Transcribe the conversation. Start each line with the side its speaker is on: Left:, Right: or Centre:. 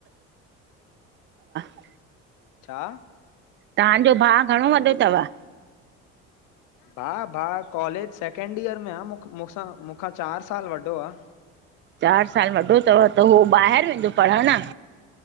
Right: <unintelligible>
Left: छा?
Right: तांजो भाउ घणो वॾो तवि?
Left: भाउ- भाउ कॉलेज सेकेंड ईयर में आ। मूसां- मूखां चारि सालु वॾो आ।
Right: चारि सालु वॾो तवि, त हो ॿाहिर वेंदो पढ़णु?